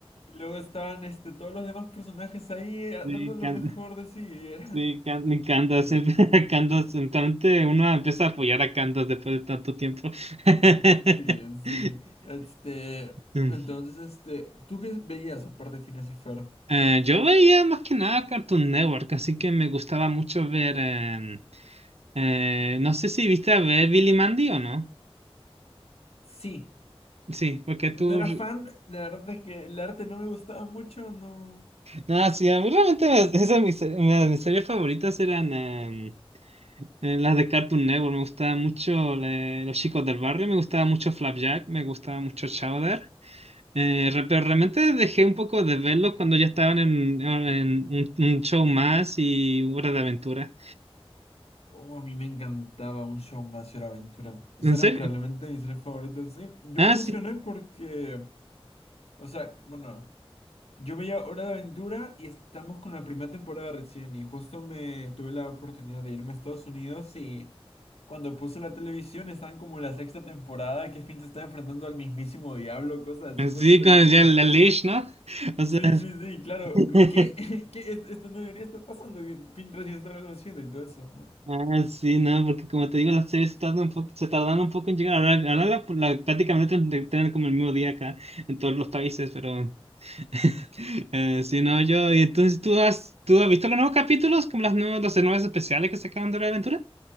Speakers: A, on the left (about 80°); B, on the right (about 85°).
A: Y luego estaban este, todos los demás personajes ahí eh,
B: Me
A: dando
B: encanta.
A: lo mejor de sí. y Era...
B: Sí, Can- me encanta.
A: <laughs> mi Dios.
B: siempre a Candace, <laughs> entonces uno empieza a apoyar a Candace después de tanto tiempo. <laughs>
A: Sí, sí. Este,
B: Mm.
A: entonces, este, ¿tú qué veías aparte de Phineas y Ferb?
B: Eh, yo veía más que nada Cartoon Network, así que me gustaba mucho ver. em, eh, no sé si viste a ver Billy Mandy o no.
A: Sí.
B: Sí, porque
A: No
B: tú.
A: era fan, la verdad es que el arte no me gustaba mucho, no.
B: No, sí, a mí realmente me- esas mis, me- mis series favoritas eran em, eh, las de Cartoon Network. Me gustaba mucho eh, Los Chicos del Barrio, me gustaba mucho Flapjack, me gustaba mucho Chowder. Eh, re- pero realmente dejé un poco de verlos cuando ya estaban en, en un, un show más y Hora de Aventura.
A: Oh, a mí me encantaba un show más y la aventura. O
B: ¿En
A: sea, eran
B: serio?
A: probablemente mis tres favoritos, sí. Yo
B: Ah,
A: me emocioné
B: sí.
A: porque, o sea, bueno, yo veía Hora de Aventura y estamos con la primera temporada recién y justo me tuve la oportunidad de irme a Estados Unidos y cuando puse la televisión están como en la sexta temporada que Finn se está enfrentando al mismísimo diablo, cosas así, fue
B: Sí,
A: súper
B: con
A: equis
B: ya
A: de
B: la leash, ¿no? <laughs> O
A: Sí,
B: sea,
A: sí, sí, claro.
B: <laughs>
A: ¿Qué? <laughs> ¿Qué? Es- Esto no debería estar pasando. que Finn recién está conociendo y todo eso, ¿no?
B: ah, sí, no, porque como te digo, las series tardan un poco, se tardan un poco en llegar. Ahora, ahora la, la- prácticamente ten- tienen como el mismo día acá en todos los países, pero <laughs> eh, sí, no, yo. Y entonces, ¿tú has, tú has visto los nuevos capítulos, como las nuevas, los nuevos especiales que sacaron de Hora de Aventura?